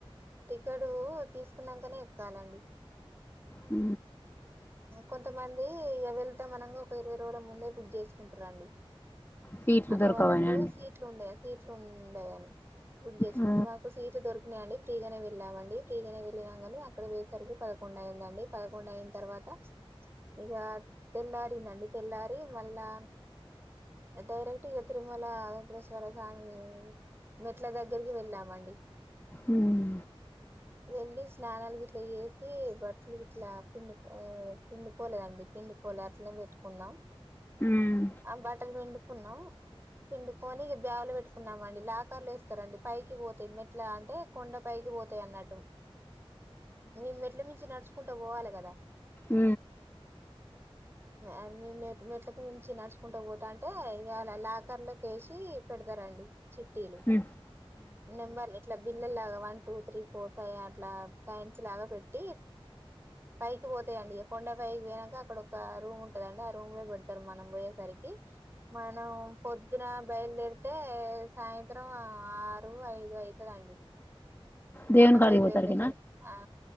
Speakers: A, on the right (about 25°); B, on the left (about 20°).
A: టికెట్ తీసుకున్నాకనే ఎక్కాలండి
B: ఉ
A: కొంతమంది ఇక వెళ్తాంనగా ఒక ఇరవై రోజుల ముందే బుక్ చేసు తీంటారండి
B: సీట్లు
A: అట్లా
B: దొరకవనా
A: వాళ్ళకు
B: అండి
A: సీట్లు ఉండయా సీట్లు ఉండయాని గుడ్ చేసుండి
B: ఆ,
A: మాకు సీట్లు దొరికినాయియండి ఫ్రీగానే వెళ్ళామండి పీగనే వెళ్ళాం కాని అక్కడ వయేసరికి పదకొడు అయిందం పదకొండు అయిన తర్వాత ఇక తెల్లారిందండి తెల్లారి మళ్ళా డైరెక్ట్ మల్ అ్రేశ్వరా కాం మెట్ల దగ్గరికి వెళ్ళామండి
B: హ్మ్మ్
A: వెళ్ళలి స్నానాల గ ఇట్లా చేసి బట్టలు గిట్ల పిండు ఆ పిండికోలేదండి పిండిపోలే అట్నే పెట్టుకున్నాం
B: ఉమ్,
A: ఆ బాట్టలు పిండుకున్నాం పిండుకని ఇక బ్యావలో పెట్టి పెట్టుకున్నామండి లాకార్లు వేస్తారంండి పైకి పోతాయి మెట్లా అంటే కొండ పైకి పోతాయి అన్నట్టు మేము ఎట్ల మించి నడుచుకుంటా పోవాలి కదా
B: హ
A: ఆ మెట్ మెట్లకి మించి నడుచుకుంటా పోతా అంటే ఇవాళ లాకర్ లోకి వేసి పెడతారండి చిట్టీలు
B: ఉమ్.
A: నెంబర్ ఇట్లా బిల్ల లాగా one two three four five అట్లా ప్యాంట్స్ లాగా పెట్టి పైకి పోతాయంండిక కొండ పైకి పోయినాక అక్కడ ఒక రూమ్ ఉంటదండి ఆ రూమ్ లో పెడతారు మనం పోయేసరికి మనం పొద్దున బయలుదేరితే సాయంత్రం ఆరు ఐదు అయితు కద అండి
B: దేవుని
A: కొండపైైకి
B: కాడికి పోతారుకినా
A: వెళ్ళే సారు ఆ